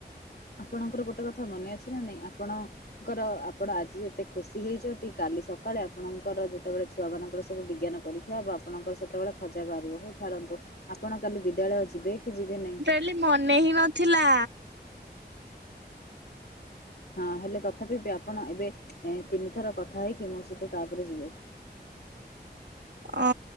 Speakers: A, on the left (about 65°); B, on the right (about 80°).
A: ଆପଣଙ୍କର ଗୋଟେ କଥା ମନେ ଅଛି ନା ନାହିଁ ଆପଣ ଙ୍କର ଆପଣ ଆଜି ଏତେ ଖୁସି ହେଇଛନ୍ତି। କାଲି ସକାଳେ ଆପଣଙ୍କର ଯେତେବେଳେ ଛୁଆ ମାନଙ୍କର ସବୁ ବିଜ୍ଞାନ ପା ଦେଖା ହବ ଆପଣଙ୍କର ସେତେବେଳେ ଖଜା ବାହାରିବ। ହଉ ଛାଡ଼ନ୍ତୁ ଆପଣ କାଲି ବିଦ୍ୟାଳୟ ଯିବେ କି ଯିବେ ନାହିଁ?
B: ବୋଲି ମନେ ହିଁ ନଥିଲା।
A: ହଁ, ହେଲେ ତଥାପି ବି ଆପଣ ଏବେ ତିନି ଥର କଥା ହେଇକି ମୋ ସହିତ ତାପରେ ଯିବେ।
B: ହ